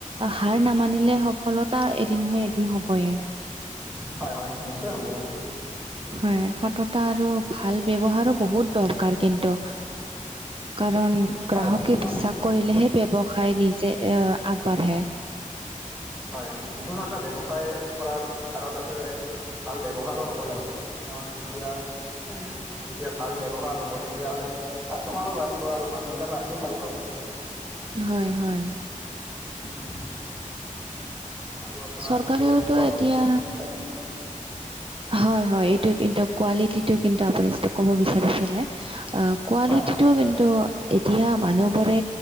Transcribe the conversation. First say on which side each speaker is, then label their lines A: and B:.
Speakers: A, on the right; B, in the centre.
A: হাৰ নামানিলে হ সফলতা এদিন নহয় এদিন হ'বয়ে।
B: হয়, হয় নিশ্চয় হ'ব হয়।
A: হয়, সততা আৰু ভাল ব্যৱহাৰো বহুত দৰকাৰ কিন্তু। কাৰণ
B: হয়
A: গ্ৰাহকে
B: যিকোনো
A: বিশ্বাস কৰিলেহে ব্যৱসায় নিজে আহ, আগবাঢ়ে।
B: হয়, যিকোনো এটা ব্যৱসায় কৰাৰ আঁৰত আচলতে ভাল ব্যৱহাৰো হ'ব লাগে, তেওঁৰ যেতিয়া হয়, হয়। যেতিয়া ভাল ব্যৱহাৰ হ'ব তেন্তিয়া হ'লে কাষ্টমাৰো বাঢ়িব আৰু মানুহবিলাক আহিও ভাল পাব।
A: হয়, হয়।
B: <inaudible> আৰু আপোনাৰ
A: চৰকাৰেওতো
B: যোনটো কোৱালি
A: এতিয়া
B: <unintelligible>
A: হয়, হয়, এইটো কিন্তু কোৱালিটিটো কিন্তু আপুনি যিটো ক'ব বিচাৰিছিলে কোৱালিটিটো
B: হয় হয়
A: কিন্তু এতিয়া মানুহবোৰে